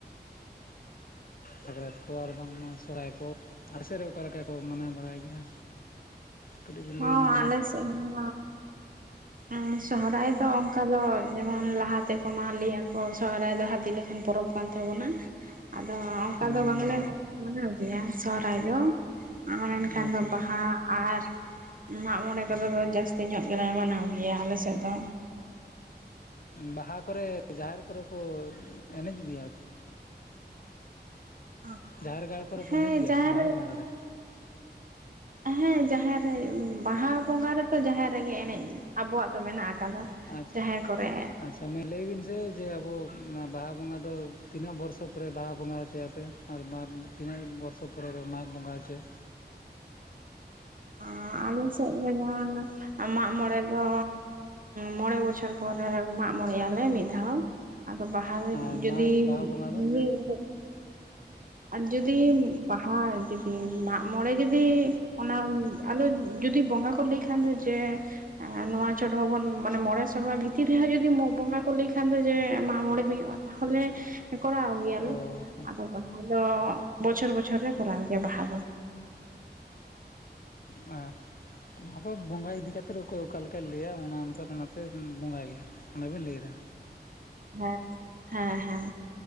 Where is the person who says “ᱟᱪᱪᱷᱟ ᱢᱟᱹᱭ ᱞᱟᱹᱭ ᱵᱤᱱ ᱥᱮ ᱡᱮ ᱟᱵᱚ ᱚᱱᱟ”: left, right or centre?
Left